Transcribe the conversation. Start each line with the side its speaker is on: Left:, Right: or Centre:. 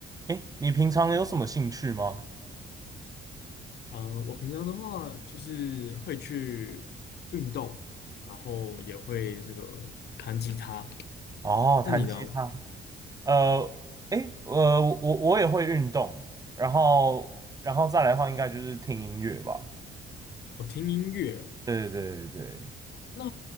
Right: 诶，你平常有什么兴趣吗？
Left: 嗯，我平常的话就是会去运动，然后也会这个弹吉他。
Right: 哦，
Left: 那你呢？
Right: 弹吉他。呃，诶，呃，我我我也会运动，然后然后再来的话，应该就是听音乐吧。
Left: 我听音乐哦。
Right: 对对对对，
Left: 那